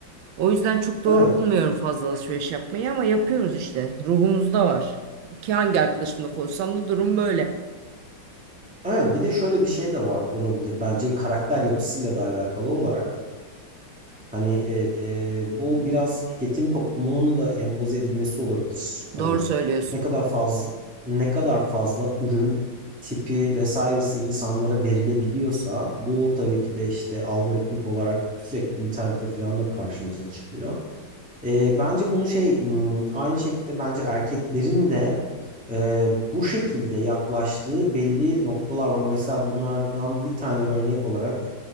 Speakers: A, on the right; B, in the centre.
A: O yüzden çok doğru
B: Evet.
A: bulmuyorum fazla alışveriş yapmayı ama yapıyoruz işte. Ruhumuzda var. Ki hangi arkadaşımla konuşsam da durum böyle.
B: Evet, bir de şöyle bir şey de var olabilir bence karakter yapısıyla da alakalı olarak. Hani e, bu biraz tüketim toplumunun da empoze edilmesi olabilir. Hani
A: Doğru söylüyorsun.
B: ne kadar fazla ne kadar fazla ürün tipi vesairesi insanlara verilebiliyorsa bu tabii ki de işte algoritmik olarak sürekli internette falan da karşımıza çıkıyor. E, bence bunu şey m, aynı şekilde bence erkeklerin de e, bu şekilde yaklaştığı belli noktalar var. Mesela bunlardan bir tane örnek olarak